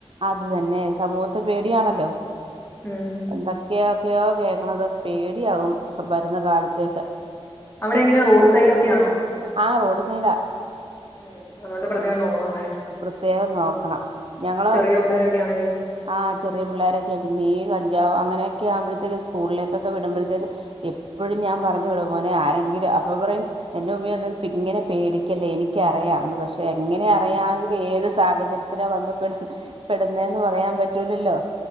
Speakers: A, on the right (about 60°); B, on the left (about 25°).
A: അത് തന്നെ സമൂഹത്തെ പേടിയാണല്ലോ
B: ഉം
A: എന്തൊക്കെയോക്കെയോ കേ ക്കണത് പേടിയാകും ഇപ്പ വരുന്ന കാലത്തേക്ക്
B: അവിടെ എങ്ങനെ റോഡ് സൈഡ് ഒക്കെ ആണോ
A: ആഹ് റോഡ് സൈഡാ
B: ഉം അതുകൊണ്ട് പ്രത്യേകം
A: ആഹ്
B: നോക്കണം അല്ലേ ഉം
A: പ്രത്യേകം നോക്കണം ഞങ്ങള്
B: ചെറിയ പിള്ളേരൊക്കെ
A: ഏ
B: ആണെങ്കിലും
A: ആഹ് ചെറിയ പിള്ളോരൊക്കെ പിന്നീ കഞ്ചാവ് അങ്ങനെയൊക്കെ ഒക്കെ ആവുമ്പോഴത്തേക്ക് സ്കൂളിലേക്കൊക്കെ വിടുമ്പഴത്തേക്ക് എപ്പോഴും ഞാൻ പറഞ്ഞു വിടും മോനെ ആരെങ്കിലും അപ്പ പറയും എന്റെ ഉമ്മിയോ ഇത് പ്പിങ്ങനെ പേടിക്കല്ലേ എനിക്കറിയാം പക്ഷെ പക്ഷെ എങ്ങനെ അറിയാവില്ലെ ഏത് സാഹചര്യത്തിലാ വന്ന് പെട് പെടുന്നേന്ന് പറയാൻ പറ്റൂലല്ലോ